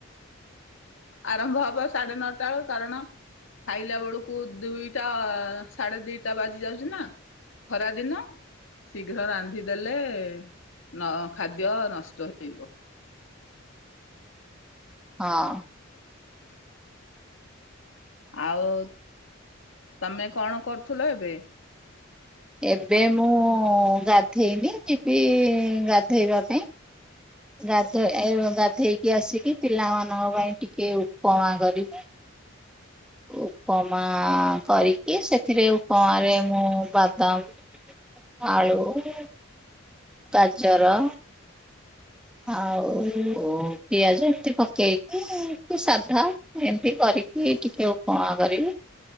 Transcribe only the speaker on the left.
ଆରମ୍ଭ ହବ ସାଢେ ନଅଟା ବେଳକୁ, କାରଣ ଖାଇଲା ବେଳକୁ ଦୁଇଟା ସାଢେ ଦିଟା ବାଜି ଯାଉଛି ନା। ଖରାଦିନ ଶୀଘ୍ର ରାନ୍ଧିଦେଲେ, ନ ଖାଦ୍ୟ ନଷ୍ଟ ହେଇବ।
ଆଉ ତମେ କଣ କରୁଥିଲ ଏବେ?